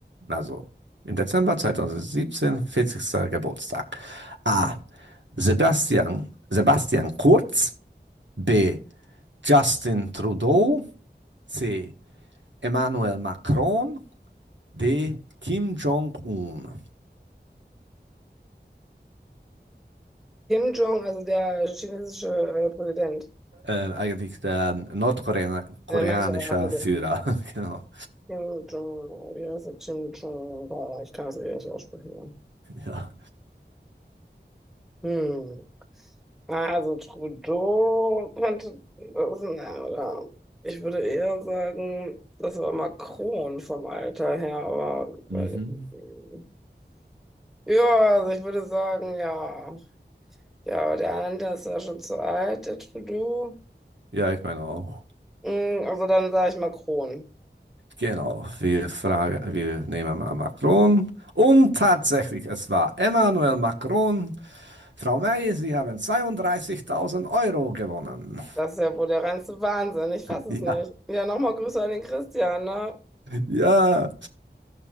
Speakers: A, on the right (about 80°); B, in the centre.
A: Also im Dezember 2017, 40. Geburtstag. A. Sebastian, Sebastian Kurz. B. Justin Trudeau. C. Emmanuel Macron. D. Kim Jong-un.
B: Kim Jong, also der chinesische äh, Präsident.
A: Äh, eigentlich der nordkoreanische
B: Äh, manche, achso, der
A: Führer. <laughs> Genau.
B: Kim Jong, wie heißt der? Kim Jong, oh, ich kann das eh nicht aussprechen. ja.
A: Ja.
B: Hm. Also Trudeau könnte das, na, oder ich würde eher sagen, das war Macron vom Alter her, aber
A: Mhm.
B: weil, mm, ja, also ich würde sagen, ja. Ja, aber der andere ist ja schon zu alt, der Trudeau.
A: ja, ich meine auch.
B: Mm, Also dann sage ich Macron.
A: Genau, wir fragen, wir nehmen mal Macron. Und tatsächlich, es war Emmanuel Macron. Frau May, Sie haben 32.000 Euro gewonnen.
B: Das ist ja wohl der reinste Wahnsinn. Ich fasse
A: <laughs>
B: es nicht.
A: Ja,
B: Ja, nochmal Grüße an den Christian, ne?
A: ja.